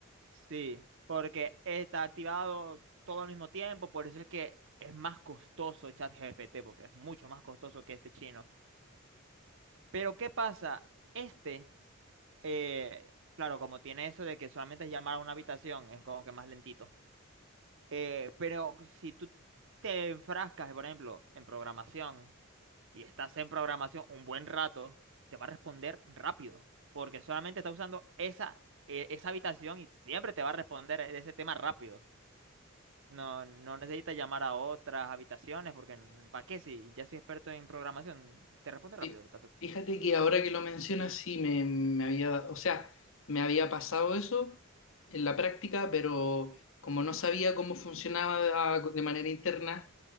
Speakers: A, on the right (about 65°); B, on the left (about 70°).
A: Sí, porque está activado todo al mismo tiempo, por eso es que es más costoso ChatGPT, porque es mucho más costoso que este chino. Pero ¿qué pasa? Este, eh, claro, como tiene eso de que solamente es llamar a una habitación, es como que más lentito. Eh, pero si tú te enfrascas, por ejemplo, en programación, y estás en programación un buen rato, te va a responder rápido, porque solamente está usando esa, eh, esa habitación y siempre te va a responder de ese tema rápido. No, no necesitas llamar a otras habitaciones, porque ¿para qué? Si ya soy experto en programación, te responde rápido.
B: Fí-
A: ta, ta, ta.
B: Fíjate que ahora que lo mencionas, sí me, me había, o sea, me había pasado eso en la práctica, pero como no sabía cómo funcionaba de manera interna,